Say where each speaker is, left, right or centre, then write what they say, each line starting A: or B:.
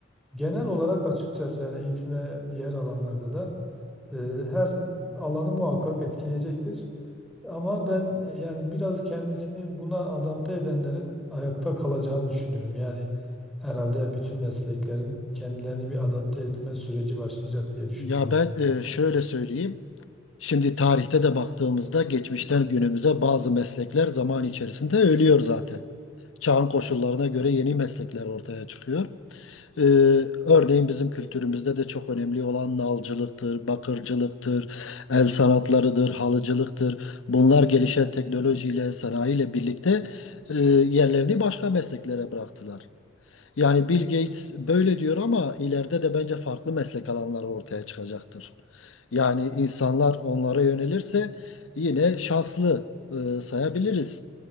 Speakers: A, in the centre; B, on the left (about 80°).
A: genel olarak açıkçası yani eğitim ve diğer alanlarda da e, her alanı muhakkak etkileyecektir. Ama ben yani biraz kendisini buna adapte edenlerin ayakta kalacağını düşünüyorum. Yani herhalde bütün mesleklerin kendilerini bir adapte etme süreci başlayacak diye düşünüyorum.
B: Ya ben e, şöyle söyleyeyim. Şimdi tarihte de baktığımızda geçmişten günümüze bazı meslekler zaman içerisinde ölüyor zaten. Çağın koşullarına göre yeni meslekler ortaya çıkıyor. Ee, örneğin bizim kültürümüzde de çok önemli olan nalcılıktır, bakırcılıktır, el sanatlarıdır, halıcılıktır. Bunlar gelişen teknolojiyle, sanayiyle birlikte e, yerlerini başka mesleklere bıraktılar. Yani Bill Gates böyle diyor ama ileride de bence farklı meslek alanları ortaya çıkacaktır. Yani insanlar onlara yönelirse yine şanslı e, sayabiliriz.